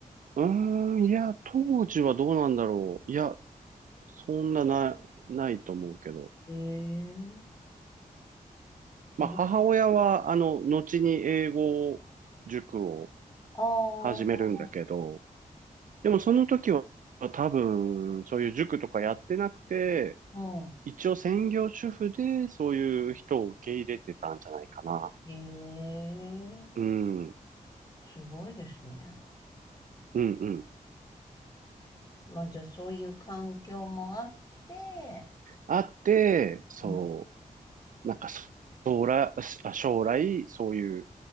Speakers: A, on the right; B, on the left.
A: うーん、いや、当時はどうなんだろう。いや、そんなな、ないと思うけど。
B: ええすごい。
A: まあ、母親は、あの、後に英語塾を
B: ああ、
A: 始めるんだけど、でもその時は多分、そういう塾とかやってなくて、
B: う
A: 一応専業主婦でそういう人を受け入れてたんじゃないかな。
B: ん。
A: うん、
B: ええ
A: うん、
B: すごいですね。
A: うん。
B: まあじゃあそういう環境もあって、
A: あって、そ
B: うん。
A: う、なんかそ将来、あ将来、そういう